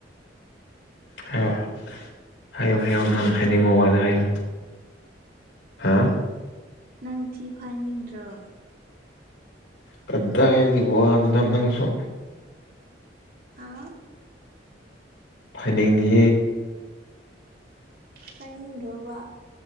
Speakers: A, on the left; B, on the right.
A: ꯍꯥꯏꯌꯣ ꯍꯥꯏꯌꯣ ꯍꯥꯏꯌꯣ
B: ꯇꯥꯕ꯭ꯔꯣ
A: ꯅꯪ ꯍꯥꯏꯗꯤ ꯃꯣ ꯋꯥꯏꯗ ꯍꯥꯏꯌꯨ ꯍꯥ
B: ꯅꯪ ꯊꯤ ꯐꯥꯅꯤꯡꯗ꯭ꯔꯣ
A: ꯐꯗ ꯍꯥꯏ ꯍꯣꯅꯁꯣ
B: ꯍꯥ
A: ꯐꯅꯤꯡꯦ
B: ꯆꯪꯗ꯭ꯔꯣꯕ